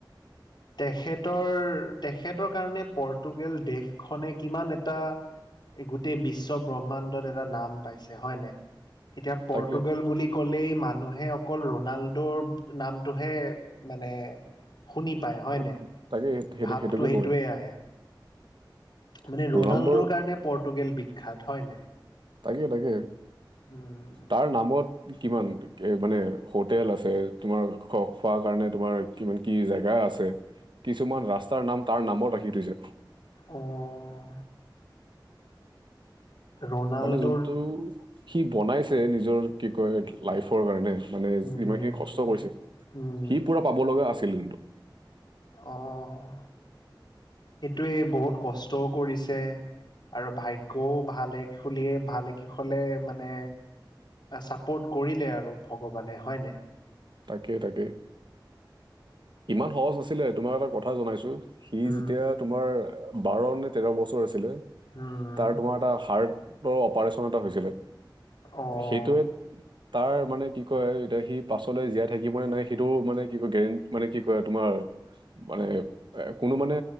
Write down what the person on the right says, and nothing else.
তাকে
সেইটো-
তাকে সেইটো
সেইটোকে
কৰে
ৰনাল্ডৰ
তাকে তাকে।
তাৰ নামত কিমান মানে হোটেল আছে, তোমাৰ খোৱাৰ কাৰণে তোমাৰ কিমান কি জেগা আছে কিছুমান ৰাস্তাৰ নাম তাৰ নামত ৰাখি থৈছে।
মানে যোনটো, সি বনাইছে নিজৰ কি কয় লাইফৰ কাৰণে মানে
যিমানখিনি কষ্ট কৰিছে,
সি পুৰা পাব লগা আছিল কিন্তু।
তাকে তাকে। ইমান সহজ নাছিলে, তোমাৰ এটা কথা জনাইছো সি
যেতিয়া তোমাৰ বাৰ নে তেৰ বছৰ আছিলে,
তাৰ তোমাৰ এটা হাৰ্ট ৰ অপাৰেচন এটা হৈছিলে,
সেইটোৱে তাৰ মানে কি কয় এতিয়া সি পাছলৈ জীয়াই থাকিবনে নাই সেইটোও মানে কি কয় গেৰেণ্ট মানে কি কয় তোমাৰ মানে এ কোনো মানে